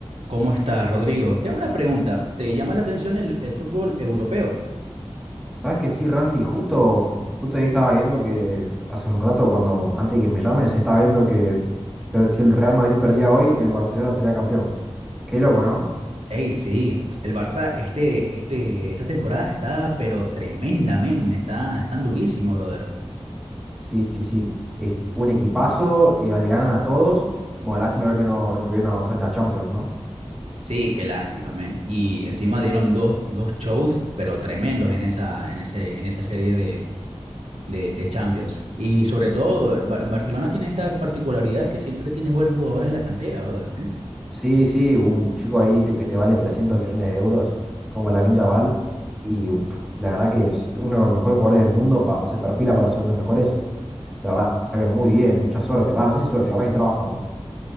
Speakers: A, on the right (about 80°); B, in the centre.
A: ¿Cómo estás, Rodrigo? Te hago una pregunta. ¿Te llama la atención el, el fútbol europeo?
B: Sabes que sí, Randy, justo, justo ahí estaba viendo que hace un rato, cuando, antes de que me llames, estaba viendo que el- si el Real Madrid perdía hoy, el Barcelona sería campeón. Qué loco, ¿no?
A: Ey, sí, el Barça este, este, esta temporada está, pero tremenda, men. Está, están durísimos, brother.
B: Sí, sí, sí. Es un equipazo, eh, le ganan a todos. Bueno, lástima ver que no, no pudieron avanzar en la Champions, ¿no?
A: Sí, qué lástima, men. Y encima dieron dos, dos shows, pero tremendos en esa, en ese, en esa serie de, de, de Champions. Y sobre todo, Ba- Barcelona tiene esta particularidad que siempre tiene buenos jugadores de la cantera, brother, ¿eh?
B: Sí, sí, un chico ahí te- que te vale 300 millones de euros, como Lamine Yamal, y pff, la verdad que es uno de los mejores jugadores del mundo, va- o se perfila para ser uno de los mejores. La verdad que muy bien, mucha suerte. Va, no sé si suerte, capaz que trabajo, ¿no?